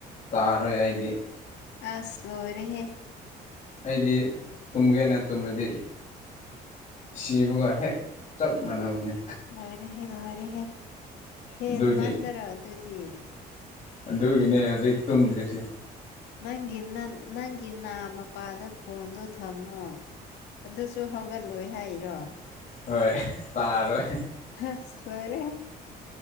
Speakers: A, on the left; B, on the left.
A: ꯇꯥꯔꯣꯏ ꯍꯥꯏꯗꯤ
B: ꯑꯁ ꯂꯣꯏꯔꯦ ꯍꯦ
A: ꯑꯩꯗꯤ ꯇꯨꯝꯒꯦꯅ ꯇꯨꯝꯃꯗꯤ ꯁꯤꯕꯒ ꯍꯦꯛ ꯆꯞ ꯃꯥꯟꯅꯕꯅꯤ
B: ꯂꯣꯏꯔꯦꯍꯦ ꯂꯣꯏꯔꯦꯍꯦ ꯍꯦꯟ
A: ꯑꯗꯨꯒꯤ
B: ꯃꯟꯗꯔꯣ ꯑꯗꯨꯗꯤ
A: ꯑꯗꯨꯒꯤꯅꯦ ꯍꯧꯖꯤꯛ ꯇꯨꯝꯗ꯭ꯔꯤꯁꯦ
B: ꯅꯪꯒꯤ ꯅꯪꯒꯤ ꯅꯥ ꯃꯄꯥꯗ ꯐꯣꯟꯗꯣ ꯊꯝꯃꯣ ꯑꯗꯨꯁꯨ ꯍꯧꯒꯠꯂꯣꯏ ꯍꯥꯏꯔꯣ
A: ꯍꯣꯏ ꯇꯥꯔꯦ
B: ꯑꯁ ꯂꯣꯏꯔꯦꯍꯦ